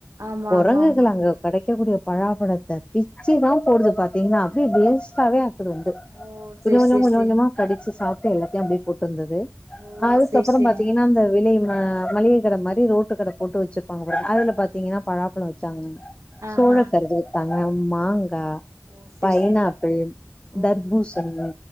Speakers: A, on the right; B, on the left.
A: ஆமா
B: கொரங்குகள்
A: ஆமா ஆமாங்க
B: அங்க கெடைக்க குடிய பலாப்பழத்த பிச்சி தான் போடுது பாத்தீங்னா அப்டியே வேஸ்ட்டாவே ஆக்குதுண்டு
A: ஓ
B: கொஞ்சொ
A: செரி
B: கொஞ்சோ
A: செரி
B: கொஞ்சஞ்சமா
A: செரிங்க
B: கடிச்சி சாப்ட்டு எல்லாத்தையு அப்டியே போட்ருந்தது
A: ஓ
B: அதுக்கப்புறொ
A: செரி செரிங்க
B: பாத்தீங்கனா அந்த வெளைவு ஆ மளிக கட மாரி ரோட்டு கட போட்டு வச்சுருப்பாங்க போல அதுல பாத்தீங்கனா பலாப்பழொ விச்சாங்க
A: ஆ
B: சோழ
A: ஆ
B: கருஞ் வித்தாங்க மாங்கா
A: ஓ செரி
B: பைனாப்பிள்
A: செரி ஓகே
B: தர்பூசணி